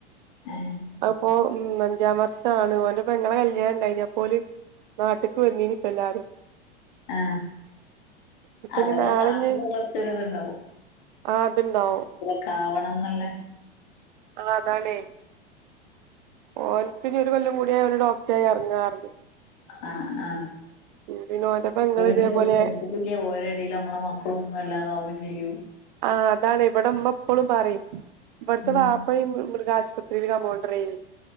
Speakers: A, on the left (about 45°); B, on the right (about 45°).
A: ഏഹ്
B: അത്പ ഉം അഞ്ചം വർഷാൻ ഓന്റെ പെങ്ങളെ കല്ലിയാണം ഉണ്ടേനി അപ്പോല്.. നാട്ടിക്ക് വന്നീനിപ്പാല്ലാരും
A: ങേ ഹ് അതൊക്കെ
B: ഇനി നാളെഞ്ഞ്
A: കാണുമ്പം കൊറച്ചൊരു ത്ണ്ടാവും..
B: ആഹ് ഇത്ണ്ടാവും
A: ക്കാവണന്ന്ള്ള
B: അ അതാണ് ഓന്ക്ക് ഒരു കൊല്ലംകൂടി കഴിഞ്ഞ ഡോക്ടറായി ഇറങ്ങറഹ്‌ജെ
A: ഹ് അ ആ
B: പിന്നെ ഓന്റെ പെങ്ങള്
A: അപ്പം
B: ഇതേപോലെ
A: ഞ് ഓര് പഠിച്ചിട്ടില്ലേ ഓലെടേൽ ഞമ്മളെ മക്കള് ഒന്നെല്ലാതാവും ചെയ്യും
B: ആ അതാണ് ഇവിടെ ഇമ്മ എപ്പളും പറിം ഇവിടെത്തെ
A: ഉം
B: വാപ്പയും മൃ മൃഗശുപത്രിലാണ് പോ.. ത്രേം